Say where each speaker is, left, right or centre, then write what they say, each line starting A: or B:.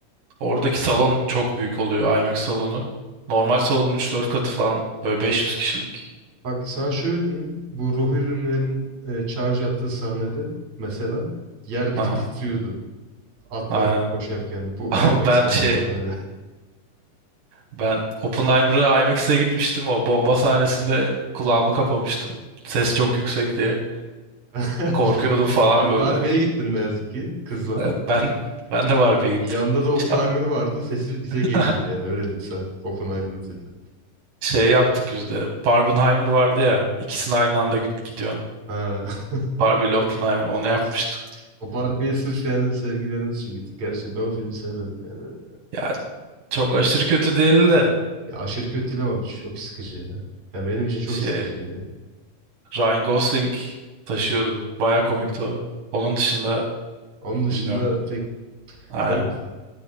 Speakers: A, on the right; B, on the right.
A: oradaki salon çok büyük oluyor IMAX salonu. Normal salonun üç dört katı falan böyle 500 kişilik.
B: Bak sana şöyle diyeyim bu Rohirrimlerin e, charge attığı sahnede mesela yer bir
A: Aha,
B: tık titriyordu atlar
A: aynen.
B: koşarken.
A: <laughs>
B: Bu
A: Ama
B: IMX
A: ben
B: galiba
A: şey
B: hani.
A: ben Oppenheimer'a IMAX'e gitmiştim o bomba sahnesinde kulağımı kapamıştım. Ses çok yüksek diye
B: <laughs>
A: korkuyordum falan
B: Ben
A: böyle.
B: Barbie'ye gittim ne yazık ki kızla.
A: Evet, Ben ben de Barbie'ye gittim.
B: Yanında da Oppenheimer
A: İşte
B: vardı. Sesi bize
A: <laughs>
B: geliyordu yani öyle diyeyim sana. Oppenheimer'ın sesi.
A: Şey yaptık biz de. Barbenheimer vardı ya. İkisini aynı anda gid- gidiyorsun.
B: Ha. <laughs>
A: Barbie ile Oppenheimer. Onu yapmıştık.
B: O Barbie'ye sırf yani sevgilerimiz için gittik. Gerçi ben o filmi sevmedim yani öyle.
A: Ya çok aşırı kötü değildi de.
B: Ya aşırı kötü değil ama çok sıkıcı ya. Ya benim için çok
A: Şey
B: sıkıcıydı yani.
A: Ryan Gosling taşıyordu. Baya komikti o. Onun dışında
B: Onun dışında
A: bilmiyorum.
B: pek
A: Aynen.
B: garipti.